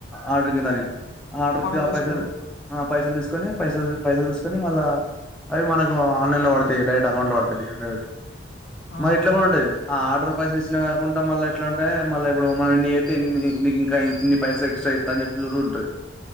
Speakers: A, in the centre; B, on the left.
A: ఆర్డర్ కిందాని ఆర్డర్
B: మనం
A: ఆ
B: తీసుకోవాలి
A: పైసలు పైసలు తీసుకొని పైసలు పైసలు తీసుకొని మళ్ళా అవి మనకు ఆన్లైన్ లో పడతాయి డైరెక్ట్ అకౌంట్ లో పడతాయి డైరెక్ట్
B: ఆహా
A: మరి ఇట్లా కూడా ఉంటాది ఆర్డర్ పైసలు ఇచ్చినా కాకుండా మళ్ళీ ఎట్లా అంట మళ్ళ ఇప్పుడు మ ఇ అయితేన్ని నీకు ఇంకా ఇన్ని పైసలు ఎక్స్ట్రా గింత చెప్పుడు కూడా ఉంటది